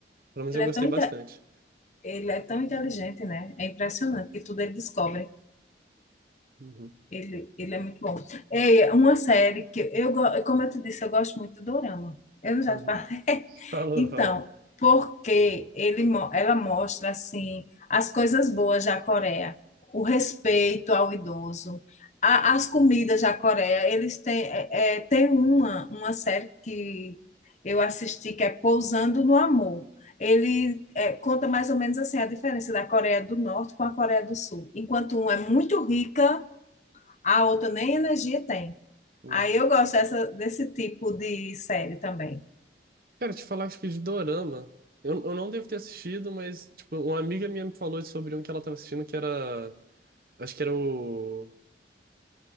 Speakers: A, on the right; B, on the left.
A: Pelo menos
B: Ele
A: eu
B: é
A: gostei
B: tão, inte-
A: bastante.
B: ele é tão inteligente, né? É impressionante que tudo ele descobre.
A: Uhum,
B: Ele, ele é muito bom. É uma série que eu, go- como eu te disse, eu gosto muito do Dorama. Eu não já
A: uhum.
B: te falei. <laughs>
A: Falou,
B: Então,
A: falou.
B: porque ele, mo- ela mostra assim as coisas boas da Coreia, o respeito ao idoso, a- as comidas da Coreia. Eles têm, é, é, tem uma, uma série que eu assisti que é Pousando no Amor. Ele é, conta mais ou menos assim a diferença da Coreia do Norte com a Coreia do Sul. Enquanto um é muito rica a outra nem energia tem.
A: Uhum.
B: Aí eu gosto dessa, desse tipo de série também.
A: Cara, te falar, acho que de dorama. Eu, eu não devo ter assistido, mas, tipo, uma amiga minha me falou sobre um que ela tava assistindo que era. Acho que era o.